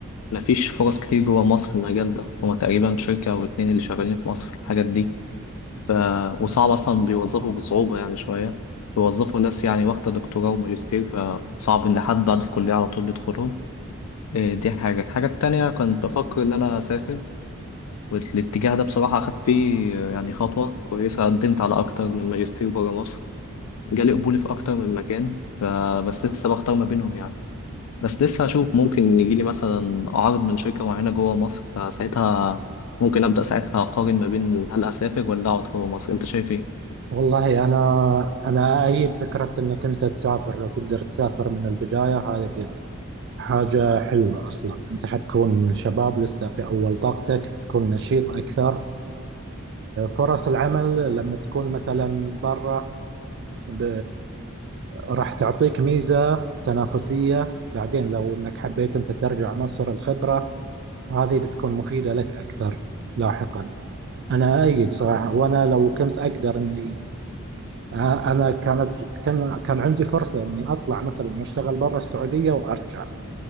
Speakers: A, on the left; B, on the right.
A: مفيش فرص كتير جوه مصر في المجال ده هما تقريبا شركة أو اتنين اللي شغالين في مصر في الحاجات دي ف... وصعب أصلا بيوظفوا بصعوبة يعني شوية بيوظفوا ناس يعني واخدة دكتوراه وماجستير فصعب إن حد بعد الكلية على طول يدخلهم إيه دي حاجة الحاجة التانية كنت بفكر إن أنا أسافر والاتجاه ده بصراحة أخدت فيه يعني خطوة كويسة قدمت على أكتر من ماجستير برا مصر جالي قبول في أكتر من مكان فبس لسه بختار ما بينهم يعني بس لسه هشوف ممكن يجي لي مثلا عرض من شركة معينة جوه مصر فساعتها ممكن أبدأ ساعتها أقارن ما بين هل أسافر ولا أقعد جوه مصر أنت شايف إيه؟
B: والله انا انا ايد فكره انك انت تسافر لو تقدر تسافر من البدايه هذه حاجة حلوة أصلا أنت حتكون شباب لسه في أول طاقتك بتكون نشيط أكثر فرص العمل لما تكون مثلا برا ب... راح تعطيك ميزة تنافسية بعدين لو أنك حبيت أنت ترجع مصر الخبرة هذه بتكون مفيدة لك أكثر لاحقا أنا أيد صراحة وأنا لو كنت أقدر أني أنا كانت كان كان عندي فرصة أني أطلع مثلا أشتغل برا السعودية وأرجع